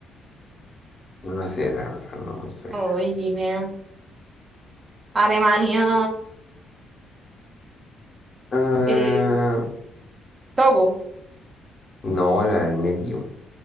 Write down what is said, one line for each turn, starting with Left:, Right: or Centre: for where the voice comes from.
Left: no sé, la verdad no me suena.
Right: Ay, Guinea. Alemania.
Left: Ah,
Right: Eh, Togo.
Left: no, la del medio.